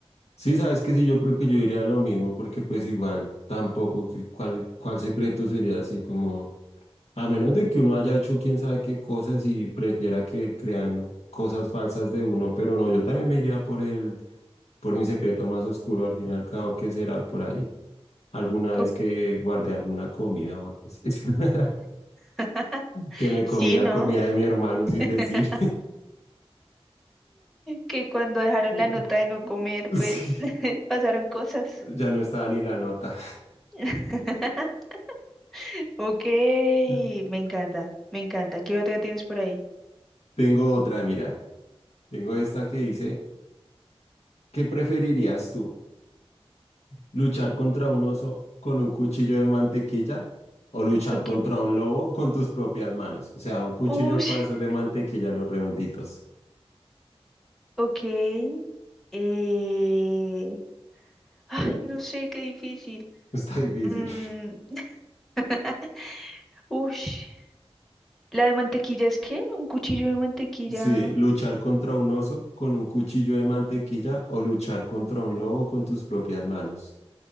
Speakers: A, on the left; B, in the centre.
A: Sí, sabes que sí, yo creo que yo diría lo mismo, porque pues igual tampoco, que ¿cuál, cuál secreto sería así como, a menos de que uno haya hecho quién sabe qué cosas y prefiera que crean cosas falsas de uno, pero no, yo también me iría por el, por mi secreto más oscuro, al fin y al cabo, que será por ahí, alguna vez
B: Up.
A: que guardé alguna comida o algo así, <laughs>
B: <laughs>
A: que me comí
B: Sí,
A: la
B: ¿no?
A: comida de mi hermano
B: <laughs>
A: sin decir.
B: Que cuando dejaron
A: <laughs>
B: la nota de no comer, pues
A: Sí,
B: <laughs> pasaron cosas.
A: ya no estaba ni la nota.
B: <laughs> Ok,
A: <laughs>
B: me encanta, me encanta. ¿Qué otra tienes por ahí?
A: Tengo otra, mira. Tengo esta que dice, ¿qué preferirías tú? ¿Luchar contra un oso con un cuchillo de mantequilla o luchar
B: Ok,
A: contra un lobo con tus propias manos? O sea, un cuchillo
B: uy,
A: para
B: <laughs>
A: esos de mantequilla, los redonditos.
B: ok. eh, Ay, no sé, qué difícil.
A: <laughs> Está difícil.
B: Mm, <laughs> ush. La de mantequilla es que un cuchillo de mantequilla
A: Sí, luchar contra un oso con un cuchillo de mantequilla o luchar contra un lobo con tus propias manos.